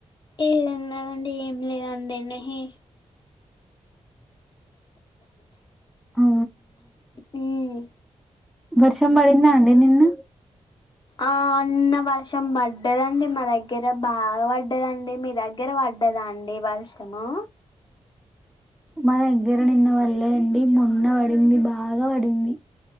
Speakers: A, on the left; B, in the centre.
A: ఏం ఉన్నది అండి ఏం. లేదు అండి నిహే.
B: ఆ
A: హ్మ్.
B: వర్షం పడిందా అండి నిన్న.
A: ఆ నిన్న వర్షం పడ్డదండి మా దగ్గర బాగా పడ్డదండి మీ దగ్గర. పడ్డదా అండి వర్షము.
B: మా దగ్గర నిన్న వళ్లే అండి మొన్న పడింది బాగా పడింది.